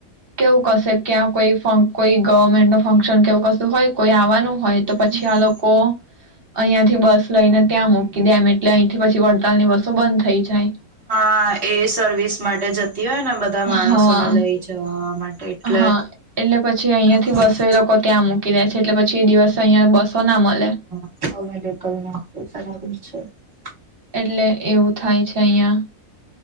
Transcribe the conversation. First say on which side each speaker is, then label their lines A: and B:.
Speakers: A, on the right (about 45°); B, on the right (about 25°).
A: કેવું કશે ક્યાં કોઈ કોઈ ગવર્મેન્ટ ન ફંક્શન કેવું કશું હોય કોઈ આવવાનું હોય તો પછી
B: હમ
A: આ લોકો <unintelligible> બસ. લઈને ત્યાં મૂકી દે એમ એટલે અહીંથી પછી વડતાલ ની બસો બંધ થઈ જાય.
B: હા એ સર્વિસ માટે જતી હોય ને બધા માણસોને
A: હા
B: લઈ જવા માટે એટલે.
A: હા એટલે પછી અહિયાંથી
B: હા
A: બસો એ લોકો ત્યાં મૂકી દે છે એટલે પછી એ દિવસે અહિયા બસો ના મળે.
B: <inaudible> <unintelligible>
A: એટલે. એવું થાય છે અહિયાં.